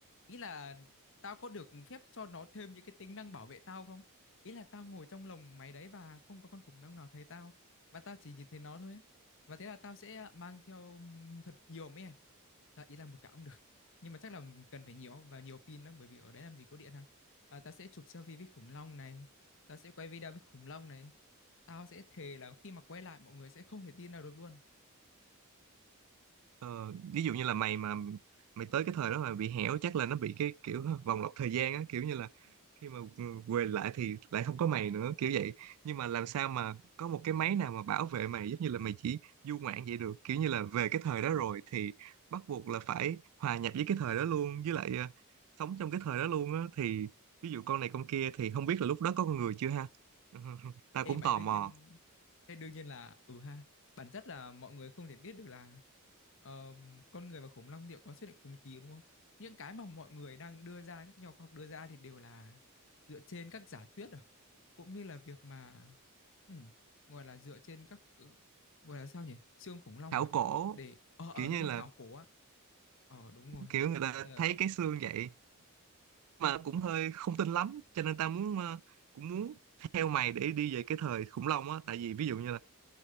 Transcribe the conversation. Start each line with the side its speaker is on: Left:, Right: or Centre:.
Left: ý là tao có được phép cho nó thêm những cái tính năng bảo vệ tao không ý là tao ngồi trong lồng máy đấy và không có con khủng long nào thấy tao và tao chỉ nhìn thấy nó thôi ấy. và thế là tao sẽ mang theo thật nhiều máy ảnh à, ý là một cặp cũng được <laughs> nhưng mà chắc là cần phải nhiều và nhiều pin lắm bởi vì ở đấy làm gì có điện ha à, Ờ, tao sẽ chụp selfie với khủng long này Tao sẽ quay video với khủng long này. Tao sẽ thề là khi mà quay lại mọi người sẽ không thể tin nào được luôn.
Right: Ờ, ví dụ như là mày mà mày tới cái thời đó mà bị hẻo chắc là nó bị cái kiểu vòng lặp thời gian á kiểu như là khi mà ừ, quay lại thì lại không có mày nữa kiểu vậy nhưng mà làm sao mà có một cái máy nào mà bảo vệ mày giống như là mày chỉ du ngoạn vậy được kiểu như là về cái thời đó rồi thì bắt buộc là phải hòa nhập với cái thời đó luôn với lại ờ, sống trong cái thời đó luôn á thì ví dụ con này con kia thì không biết là lúc đó có con người chưa ha <laughs> tao
Left: Ê
Right: cũng
Left: mày
Right: tò
Left: đương
Right: mò
Left: nhiên Ê, đương nhiên là ừ ha. Bản chất là mọi người không thể biết được là ờ, con người và khủng long liệu có xuất hiện cùng kỳ đúng không? Những cái mà mọi người đang đưa ra các nhà khoa học đưa ra thì đều là dựa trên các giả thuyết à. Cũng như là việc mà ừ, gọi là dựa trên các ừ, gọi là sao nhỉ? Xương khủng long
Right: khảo
Left: à?
Right: cổ
Left: Để ờ ờ
Right: kiểu
Left: đúng
Right: như
Left: rồi
Right: là
Left: khảo cổ á. Ờ đúng rồi.
Right: kiểu người ta
Left: Ờ
Right: thấy cái xương vậy mà cũng hơi không tin lắm cho nên tao muốn ờ, cũng muốn theo mày để đi về cái thời khủng long á tại vì ví dụ như là